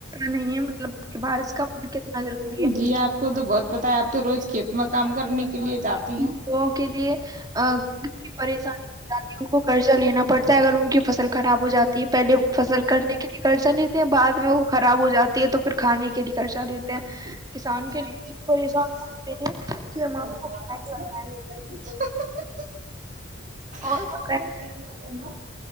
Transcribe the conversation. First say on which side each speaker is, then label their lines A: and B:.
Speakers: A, on the right; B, on the right.
A: نہیں ہے مطلب بھارت کا من کتنا ضروری ہے
B: جی آپ کو تو بہت پتا ہے آپ تو روز کھیت میں کام کرنے کے لیے جاتی
A: لوگوں
B: ہیں
A: کے لیے کتنی پریشانی ہو جاتی ہے ان کو قضہ لینا پڑتا ہے اگر ان کی فصل خراب ہو جاتی ہے پہلے فصل کرنے کے لیے خرچا لیتے ہیں بع میں وہ خراب ہو جاتی ہے تو کھانے کے لیے خرچہ لیتے ہیں
B: <unintelligible>
A: کسان کے لیے اتنی پریشان ہوتے ہیں کہ ہم آپ کو کیا ہی بتائیں اور بتائیں